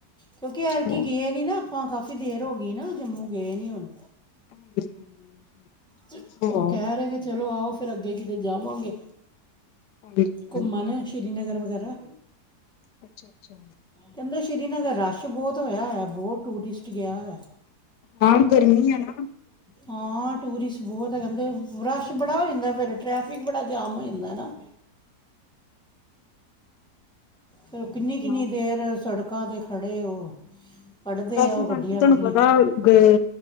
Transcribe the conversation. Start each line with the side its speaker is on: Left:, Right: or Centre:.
Centre: ਕਿਉਂਕਿ ਐਤਕੀ
Left: ਚਲੋ
Centre: ਗਏ ਨੀ ਨਾ ਆਪਾਂ ਕਾਫ਼ੀ ਦੇਰ ਹੋ ਗਈ ਨਾ ਜੰਮੂ ਗਏ ਨੀ ਹੁਣ
Left: <inaudible>
Centre: ਚਲ
Left: ਹੋ
Centre: ਉਹ ਕਹਿ ਰਹੇ ਕਿ ਚਲੋ ਆਓ ਫਿਰ ਅੱਗੇ ਕਿਤੇ ਜਾਵਾਂਗੇ।
Left: ਹਾਂਜੀ
Centre: ਘੁੰਮਣ ਸ੍ਰੀਨਗਰ ਵਗੈਰਾ
Left: ਅੱਛਾ ਅੱਛਾ।
Centre: ਕਹਿੰਦੇ ਸ਼੍ਰੀਨਗਰ ਰਸ਼ ਬਹੁਤ ਹੋਇਆ ਹੋਇਆ ਬਹੁਤ ਟੂਰਿਸਟ ਗਿਆ ਹੋਇਆ।
Left: ਹਾਂ ਗਰਮੀ ਆ ਨਾ
Centre: ਹਾਂ ਟੂਰਿਸਟ ਬਹੁਤ ਹੈ ਕਹਿੰਦੇ ਰਸ਼ ਬੜਾ ਹੋ ਜਾਂਦਾ ਫਿਰ ਟਰੈਫਿਕ ਬੜਾ ਜਾਮ ਹੋ ਜਾਂਦਾ ਨਾ। ਫਿਰ ਉਹ ਕਿੰਨੀ -ਕਿੰਨੀ
Left: ਸੁਣਾਓ
Centre: ਦੇਰ ਸੜਕਾਂ ਤੇ ਖੜੇ ਉਹ ਕੱਢਦੇ
Left: ਬਸ
Centre: ਆ ਉਹ ਗੱਡੀਆਂ
Left: ਹਾਂਜੀ ਤੁਹਾਨੂੰ
Centre: ਗੁੱਡੀਆਂ
Left: ਪਤਾ ਗਏ